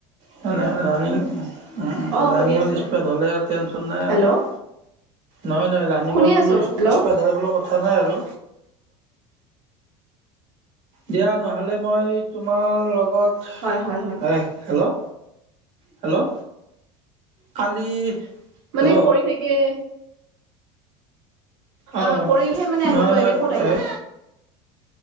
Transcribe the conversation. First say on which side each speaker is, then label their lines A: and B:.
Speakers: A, on the right; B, on the right.
A: মনে ৰানিং
B: অ
A: ৰানিঙত
B: শুনি আছো
A: স্পিড হ'লে আৰু টেনচন নাই
B: হেল্ল'
A: আৰু নহয় নহয় ৰানিঙত
B: শুনি আছো
A: বোলো
B: হেল্ল'
A: স্পেড হ'লে বোলো কথা কথা নাই আৰু দিয়া নহ'লে মই তোমাৰ লগত
B: হয় হয় হয়
A: হয় হেল্ল' হেল্ল' কালি হেল্ল'
B: মানে কৰি থাকে।
A: অঁ
B: অ কৰিলেহে মানে
A: নহয়
B: আহিব ন
A: নহয়
B: এনে ক'ত আহিব